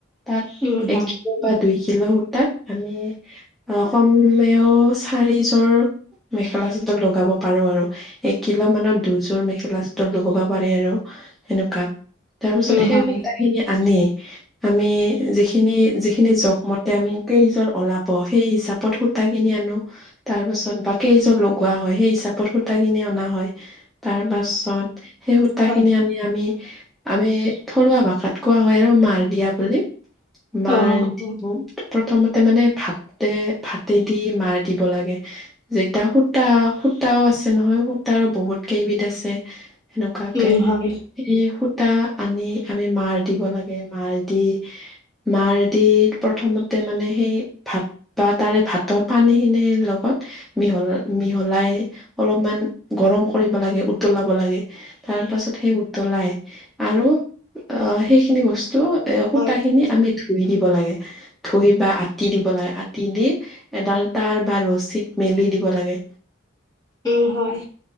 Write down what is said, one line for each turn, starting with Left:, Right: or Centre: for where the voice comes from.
Centre: তাত,
Left: উম হয়
Centre: এক কিলো বা দুই কিলো সূতাত, আমি কমেও চাৰিযোৰ মেখেলা চাদৰ লগাব পাৰো আৰু। এক কিলো মানৰ দুযোৰ মেখেলা চাদ লগাব পাৰে আৰু সেনেকুৱা তাৰ পিছত
Left: উম
Centre: সেই
Left: হয়
Centre: সূতা খিনি আনি আমি যিখিনি যিখিনি জোখমতে আমি কেইযোৰ ওলাব সেই হিচাপত সুতা কিনি আনো তাৰ পাছতেই বাকী এযোৰ লগোৱা হয় সেই হিতু সূতাখিনি অনা হয় তাৰ পাছত সেই সূতা
Left: হয়
Centre: খিনি আনি আমি আমি থলুৱা ভাষাত কোৱা হয় আৰু মাৰ দিয়া বুলি মাৰ
Left: অ অ
Centre: প্ৰথমতে মানে ভাত ভাতে দি মাৰ দিব লাগে যেতিয়া সূতা সূতাও আছে নহয় সূতা আৰু বহুত কেইবিধ আছে সেনেকুৱাকে
Left: উম হয়
Centre: এই সূত টা আনি আমি মাৰ দিব লাগে মাৰ দি মাৰ দি প্ৰথমতে মানে সেই ভাত বা তাৰে ভাতৰ পানী খিনিৰ লগত মিহল মিহলাই অলপমান গৰম কৰিব লাগে উতলাব লাগে তাৰ পাছত সেই উতলাই আৰু অ', সেইখিনি বস্তু এ সূতা
Left: হয়
Centre: খিনি আমি ধুই দিব লাগে ধুই বা আতি দিব লাগে আতি দি এডাল তাৰ বা ৰছীত মে মেলি দিব লাগে।
Left: উ হয়।